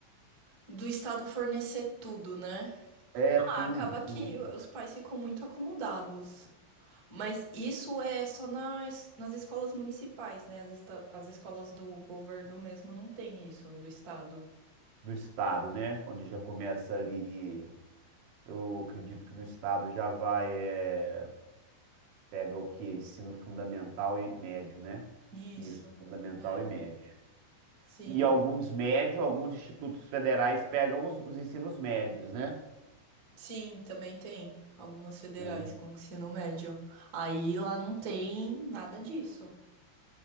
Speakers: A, on the right (about 55°); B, on the right (about 80°).
A: Do Estado fornecer tudo, né?
B: É tudo,
A: Ah, acaba que
B: tudo
A: os pais ficam muito acomodados. Mas isso é só nas, nas escolas municipais, né? As, esta- as escolas do governo mesmo não tem isso, do estado.
B: do Estado, né? Onde já começa ali. Eu acredito que no Estado já vai, é, pega o quê? Ensino fundamental e médio, né?
A: Isso.
B: Isso, fundamental
A: É,
B: e médio.
A: sim.
B: E alguns médios, alguns institutos federais pegam os, os ensinos médios, né?
A: Sim, também tem algumas federais
B: Né?
A: com ensino médio. Aí lá não tem nada disso.